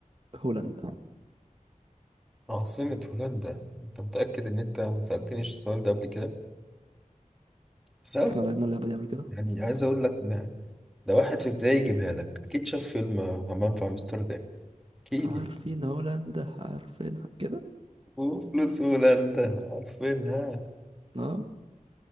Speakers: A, on the right; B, in the centre.
A: هولندا
B: عاصمة هولندا انت متأكد ان انت ما سألتنيش السؤال ده قبل كده سؤال
A: احنا
B: سهل
A: لعبنا اللعبة دي قبل كده
B: يعني عايز اقول لك ده ده واحد في ابتدائي يجيبها لك اكيد شاف فيلم همام في امستردام اكيد
A: عارفين
B: يعني
A: هولندا عارفينها كده
B: وفلوس هولندا عارفينها
A: اه